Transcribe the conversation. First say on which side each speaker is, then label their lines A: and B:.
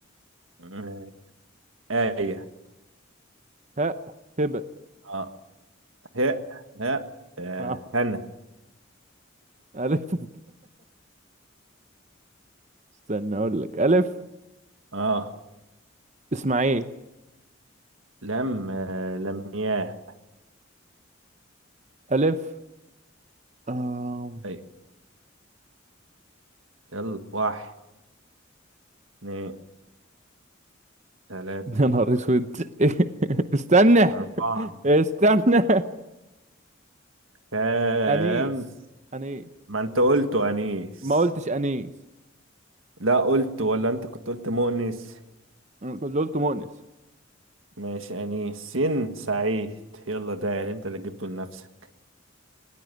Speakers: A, on the right; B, on the right.
A: آم، آية
B: هاء هبة
A: آه هاء هاء آه
B: اه
A: هنا
B: الف <laughs> استنى اقول لك الف
A: آه
B: اسماعيل
A: لم آه لمياه
B: الف آم،
A: طيب يلا واحد اتنين تلاتة
B: يا نهار اسود <laughs> استنى
A: أربعة
B: استنى
A: خمس
B: انيس انيس
A: ما أنت قلت أنيس
B: ما قلتش انيس
A: لا قلت ولا أنت كنت قلت مؤنس
B: اللي قلت مؤنس
A: ماشي أنيس سين سعيد يلا ده أنت اللي جبته لنفسك